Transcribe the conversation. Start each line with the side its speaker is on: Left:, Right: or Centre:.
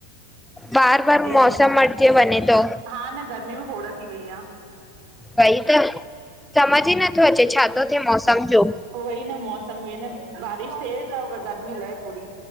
Right: <inaudible>
Centre: बार बार मौसम
Right: जी
Centre: मटिजे वञे थो
Right: हा न, गर्मी बि खोड़ थी वई आ।
Centre: उवई त समझ ई नथो अचे छा थो थिए मौसम जो।
Right: उवोई न मौसम मेन आ, बारिश थिए त गर्मी लहे पूरी।